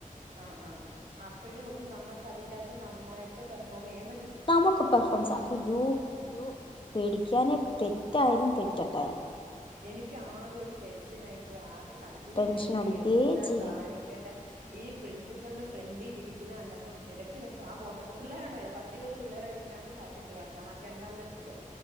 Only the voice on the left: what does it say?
<unintelligible> തെറ്റായാലും തെറ്റട്ടെ
ടെൻഷൻ
അടിക്കേ
ചെയ്യരുത്